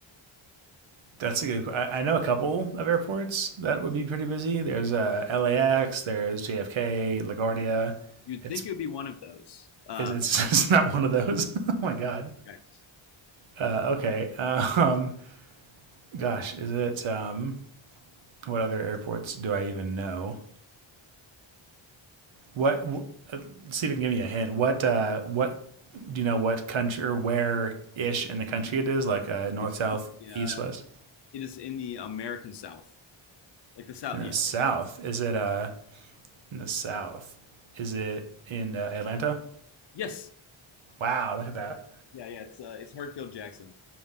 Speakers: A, on the right (about 70°); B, on the left (about 60°).
A: That's a good. I, know a couple of airports that would be pretty busy. There's uh, LAX. There's JFK, LaGuardia.
B: You'd
A: It's
B: think it would be one of those. Uh,
A: is it's, <laughs> it's not one of those. <laughs> oh my god.
B: correct.
A: Uh, okay. Um. Gosh. Is it? Um. What other airports do I even know? What? W- see if you can give me a hint. What? Uh. What? Do you know what country or where ish in the country it is? Like uh, north,
B: It's
A: south,
B: in the uh,
A: east, west.
B: It is in the American South, like the South.
A: In
B: Yeah.
A: the south,
B: Like the,
A: is it? Uh. In the south, is it in uh, Atlanta?
B: yes.
A: Wow, look at that.
B: Yeah, yeah. It's uh, it's Hartsfield Jackson